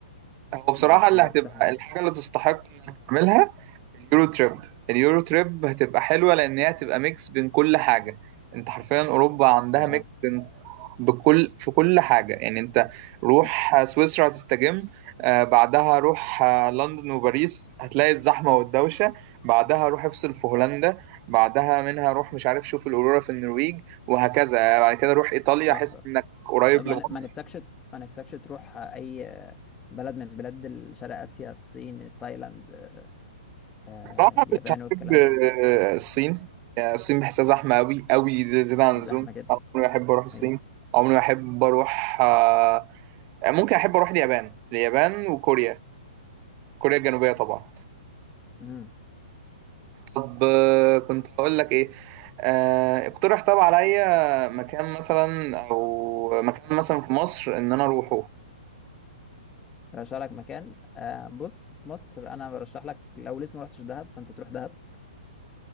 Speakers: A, on the right; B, on the left.
A: هو بصراحة
B: بس
A: اللي
B: ده
A: هتبقى
B: اكتر حاجه
A: الحاجة اللي تستحق انك تعملها اليورو تريب اليورو تريب هتبقى حلوه لان هي هتبقى ميكس بين كل حاجه انت حرفيا اوروبا عندها
B: اه
A: ميكس بين بكل في كل حاجه يعني انت روح
B: دي
A: سويسرا هتستجم آه بعدها روح آه لندن وباريس هتلاقي الزحمه والدوشه بعدها روح افصل في هولندا بعدها منها روح مش عارف شوف الاورورا في النرويج وهكذا بعد كده روح ايطاليا
B: تحفه
A: احس انك قريب
B: ده ما
A: لمصر
B: ما نفسكش ما نفسكش تروح اي بلد من بلاد شرق اسيا الصين تايلاند آه آه،
A: بصراحة
B: اليابان
A: مش هحب
B: والكلام
A: آه،
B: ده
A: الصين يعني الصين بحسها زحمة أوي أوي زيادة عن
B: هي
A: اللزوم
B: زحمه جدا
A: أنا عمري ما أحب أروح الصين
B: ايه
A: عمري ما أحب أروح آه، ممكن أحب أروح اليابان اليابان وكوريا كوريا الجنوبية طبعا
B: امم
A: طب آه، كنت هقول لك إيه آه، اقترح طب عليا مكان مثلا أو مكان مثلا في مصر إن أنا أروحه
B: برشح لك مكان آه بص في مصر انا برشح لك لو لسه ما رحتش دهب فانت تروح دهب